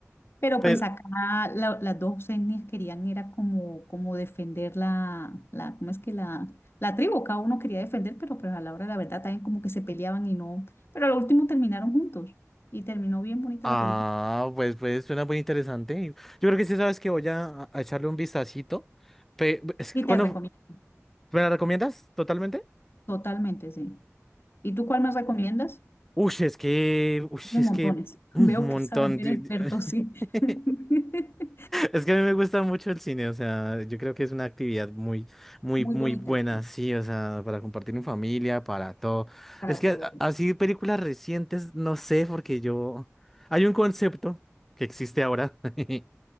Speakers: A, on the left; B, in the centre.
A: pero
B: Pero,
A: pues acá la- las dos etnias querían era como, como defender la, la, ¿cómo es que la, la tribu? Cada uno quería defender, pero pues a la hora de la verdad también como que se peleaban y no, pero al último terminaron juntos y terminó bien bonita
B: ah,
A: la película.
B: pues, pues suena muy interesante. Yo creo que sí sabes que voy a, a echarle un vistacito. Pe- es-
A: Y
B: ¿cuándo
A: te recomiendo,
B: me la recomiendas totalmente?
A: totalmente, sí. ¿Y tú cuál me recomiendas?
B: Uy, es que, uy,
A: De
B: es
A: montones.
B: que un
A: Veo
B: montón.
A: que sabes, eres
B: de-
A: experto,
B: de-
A: sí.
B: <laughs>
A: <laughs>
B: Es que a mí me gusta mucho el cine, o sea, yo creo que es una actividad muy, muy,
A: Muy
B: muy
A: bonitas
B: buena, sí, o sea, para compartir en familia, para todo.
A: para
B: Es que
A: todo.
B: a- así películas recientes, no sé, porque yo, hay un concepto que existe ahora <laughs>